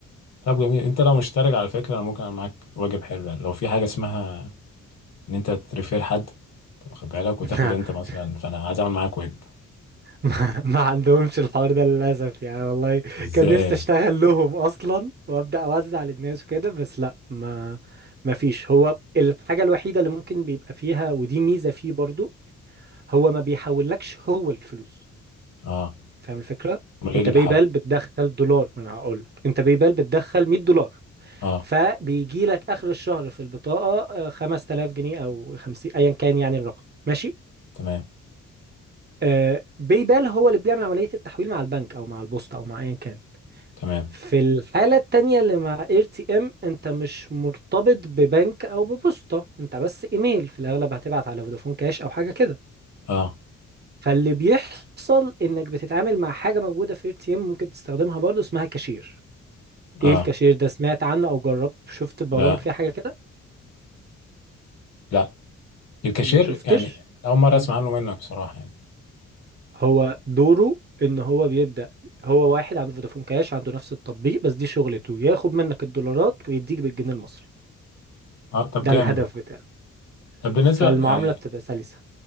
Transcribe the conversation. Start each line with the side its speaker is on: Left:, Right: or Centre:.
Left: طب جميل انت لو مشترك على فكره انا ممكن اعمل معاك واجب حلو يعني لو في حاجه اسمها ان انت تريفير حد واخد بالك وتاخد
Right: <laughs>
Left: انت مثلا فانا عايز اعمل معاك واجب
Right: <laughs> ما عندهمش الحوار ده للأسف يعني والله
Left: ازاي
Right: كان نفسي أشتغل لهم أصلا وأبدأ أوزع للناس وكده بس لا ما ما فيش هو الحاجة الوحيدة اللي ممكن بيبقى فيها ودي ميزة فيه برضو هو ما بيحولكش هو الفلوس
Left: اه
Right: فاهم الفكرة؟
Left: امال ايه
Right: أنت
Left: اللي
Right: باي
Left: بحاول
Right: بتدخل دولار ما أنا هقول لك أنت باي بتدخل 100 دولار
Left: اه
Right: فبيجي لك آخر الشهر في البطاقة آه، 5000 جنيه أو 50 أيا كان يعني الرقم ماشي؟
Left: تمام
Right: آه، باي بال هو اللي بيعمل عملية التحويل مع البنك أو مع البوسطة أو مع أيا كان
Left: تمام
Right: في الحالة التانية اللي مع اير تي ام انت مش مرتبط ببنك او ببوسطة انت بس ايميل في الاغلب هتبعت على فودافون كاش او حاجة كده
Left: اه
Right: فاللي بيحصل انك بتتعامل مع حاجة موجودة في اير تي ام ممكن تستخدمها برضو اسمها كاشير
Left: اه
Right: ايه الكاشير ده سمعت عنه او جربت شفت برامج
Left: لا
Right: فيها حاجة كده
Left: لا الكاشير
Right: ما شفتش
Left: يعني اول مره
Right: مم.
Left: اسمع عنه منك بصراحه يعني
Right: هو دوره ان هو بيبدأ هو واحد عنده فودافون كاش عنده نفس التطبيق بس دي شغلته ياخد منك الدولارات ويديك بالجنيه المصري
Left: اه طب
Right: ده
Left: جامد
Right: الهدف
Left: والله
Right: بتاعه
Left: طب بالنسبه
Right: فالمعاملة
Left: يعني
Right: بتبقى سلسة